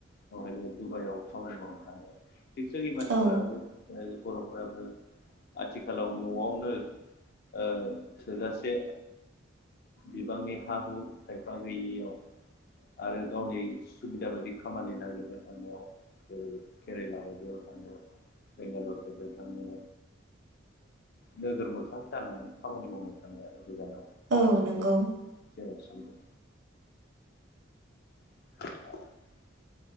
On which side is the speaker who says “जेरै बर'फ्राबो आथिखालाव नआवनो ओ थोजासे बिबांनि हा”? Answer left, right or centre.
Left